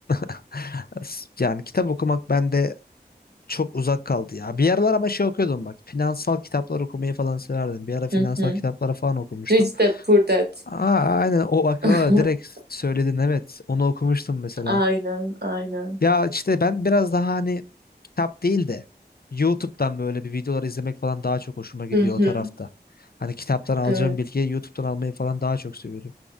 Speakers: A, on the left (about 60°); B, on the right (about 70°).
A: <laughs> S- Yani kitap okumak bende çok uzak kaldı ya. Bir aralar ama şey okuyordum bak. Finansal kitaplar okumayı falan severdim. Bir ara finansal
B: Hı hı.
A: kitapları falan okumuştum.
B: Rich Dad Poor Dad.
A: Aa, aynen o bak
B: <laughs>
A: aa, direkt söyledin evet. Onu okumuştum mesela.
B: Aynen, aynen.
A: Ya işte ben biraz daha hani kitap değil de YouTube'dan böyle bir videolar izlemek falan daha çok hoşuma gidiyor
B: Hı hı.
A: o tarafta. Hani kitaptan alacağım
B: Evet.
A: bilgiyi YouTube'dan almayı falan daha çok seviyorum.